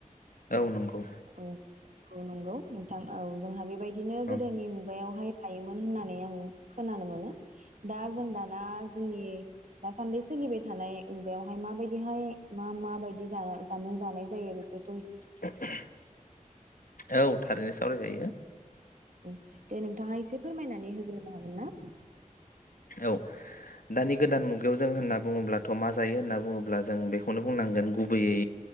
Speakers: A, on the left; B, on the right.
A: औ नंगौ
B: औ औ नंगौ नोंथां औ जोंहा बेबायदिनो गोदोनि
A: औ
B: मुगायावहाय जायोमोन होननानै आङो खोनानो मोनो। दा जों दाना जोंनि दासान्दि सोलिबाय थानाय मुगायावहाय माबायदिहाय मा मा बायदि जा-जामुं जानाय जायो बेफोर
A: <unintelligible> औ थारैनो सावराय जायो।
B: औ दे नोंथाङा एसे फोरमायनानै होग्रोनो हागोन ना?
A: औ दानि गोदान मुगायाव जों होनना बुङोब्लाथ' मा जायो होनना बुङोब्ला जों बेखौनो बुंनांगोन गुबैयै